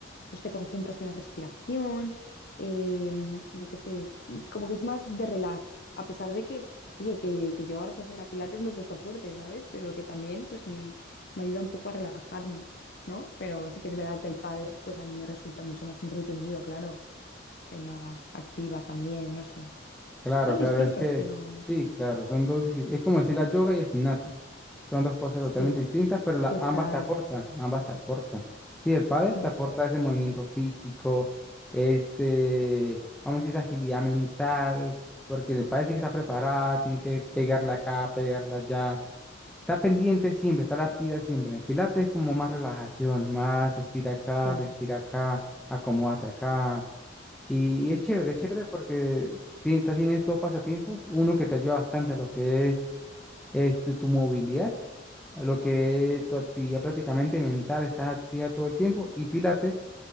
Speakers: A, on the left; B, in the centre.
A: pues te concentras en la respiración, em, yo qué sé, como que es más de relax, a pesar de que, oye, que, que yo gracias a ir a Pilates me he puesto fuerte, ¿sabes? Pero que también pues me, me ayuda un poco a relajarme, ¿no? Pero sí que es verdad que el pádel pues a mí me resulta mucho más entretenido, claro, estoy más activa también, no sé.
B: Claro,
A: Son
B: claro,
A: distintos,
B: es que
A: pero
B: sí, claro, son dos, disci- es como decir la yoga y el gimnasio. Son dos cosas
A: sí,
B: totalmente distintas, pero la-
A: total.
B: ambas te aportan, ambas te aportan. Sí, el pádel
A: Mm,
B: te aporta ese movimiento físico, este, vamos a decir, esa agilidad mental, porque el pádel tiene que estar preparada, tiene que pegarla acá, pegarla allá. Está pendiente siempre, está la activa siempre. Pilates es como más relajación, más estira acá,
A: sí,
B: respira acá, acomódate acá. Y, y es chévere, es chévere porque tienes, tienes dos pasatiempos, uno que te ayuda bastante a lo que es este, tu movilidad, a lo que es tu actividad prácticamente mental, estás activa todo el tiempo, y Pilates